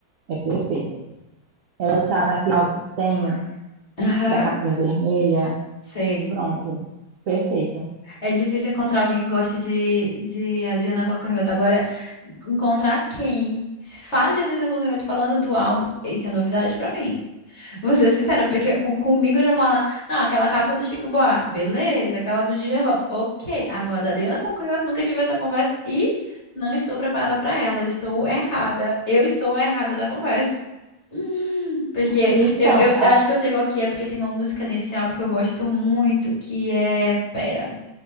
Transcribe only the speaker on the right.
É perfeita. Ela tá naquele álbum senha
da capinha vermelha.
Pronto, perfeita.
Então,